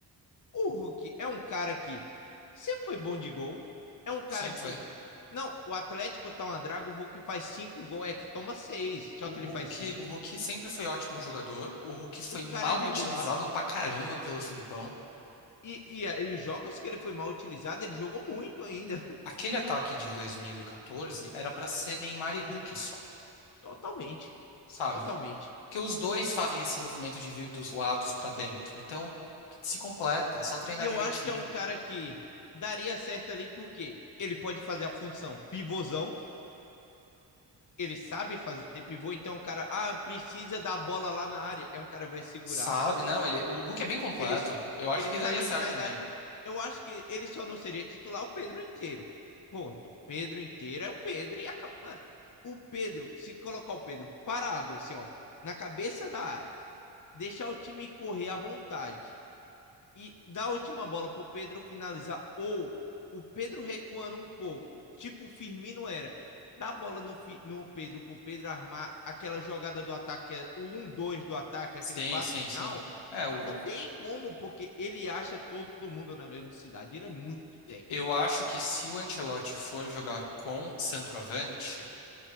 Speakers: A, on the left; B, on the left.
A: O Hulk é um cara que sempre foi bom de gol. É um cara
B: sempre
A: que.
B: foi.
A: Não, o Atlético tá uma draga, o Hulk faz cinco gols, é que toma seis, só
B: O
A: que
B: Hulk,
A: ele faz cinco.
B: o Hulk sempre foi ótimo jogador. O Hulk foi
A: O
B: mal
A: cara é regular.
B: utilizado pra caramba pelo Filipão.
A: E, e, e os jogos que ele foi mal utilizado, ele jogou muito ainda.
B: Aquele ataque de 2014 era pra ser Neymar e Hulk só.
A: <laughs> Totalmente.
B: sabe?
A: Totalmente.
B: Porque os dois fazem esse movimento de vir dos lados pra dentro. Então, se completa,
A: E
B: é só treinar
A: eu
B: direitinho.
A: acho que é um cara que daria certo ali, porque ele pode fazer a função pivôzão, ele sabe fazer pivô, então o cara, ah, precisa da bola lá na área, é um cara que vai segurar,
B: Sabe? Não, ele, o Hulk é bem completo.
A: ele,
B: Eu acho
A: ele
B: que
A: sabe
B: daria certo
A: sair
B: também.
A: da área. Eu acho que ele só não seria titular o Pedro inteiro. Ponto. Pedro inteiro é o Pedro e acaba. Mano, o Pedro, se colocar o Pedro parado, assim, ó, na cabeça da área, deixar o time correr à vontade, e dá a última bola para o Pedro finalizar, ou o Pedro recuando um pouco, tipo o Firmino era, dá a bola no, no Pedro para o Pedro armar aquela jogada do ataque, o 1-2 do ataque,
B: Sim,
A: aquele passo
B: sim,
A: final,
B: sim. É, o,
A: não tem como, porque ele acha todo mundo na velocidade, ele é muito técnico.
B: eu acho que se o Ancelotti for jogar com centroavante,